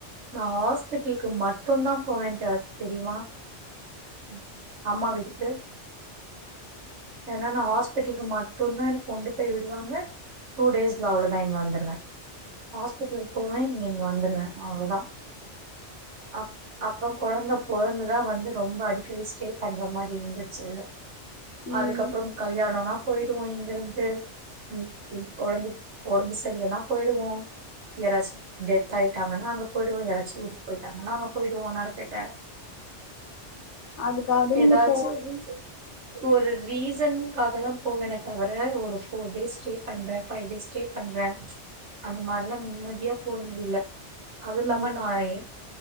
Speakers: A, on the right (about 75°); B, on the left (about 75°).
A: நா ஹாஸ்பிட்டல்கு மட்டுந்தா போவே த தெரியுமா ம் அம்மா வீட்டுக்கு ஏன்னா நா ஹாஸ்பிட்டலுக்கு மட்டுந்தா எனக் கொண்டு போய் விடுவாங்க டூ டேஸ்ல அவ்ளோதா இங்க வந்துருவே ஹாஸ்பிட்டலுக்கு போவே இங்கெ இங்க வந்துருவே அவ்ளோதா அப் அப்றொ கொழந்த பொறந்துதா வந்து ரொம்ப அடிக்கடி ஸ்டே பண்ற மாரி இருந்துச்சு
B: ம்
A: அதுக்கப்றொம் கல்யாணொனா போயிடுவோ இங்கெருந்து என் கொழந்தக்கி ஒடம்பு செர்லனா போயிடுவோ யாராச்சு டெத் ஆயிட்டாங்கனா அங்க போய்டுவோ யாராச்சு ஊர்க்கு போயிட்டாங்கன்னா அங்க போயிடுவோ நட <unintelligible>
B: அதுக்காவது
A: ஏதாச்சு
B: நீங்க போ
A: ரீசன் ஒரு ரீசன்காக தா போவேனே தவர ஒரு ஃபோர் டேஸ் ஸ்டே பண்றே ஃபைவ் டேஸ் ஸ்டே பண்றே அந்த மாரில்லா நிம்மதியா போனதில்ல அது இல்லாம
B: ம்
A: நா ஏ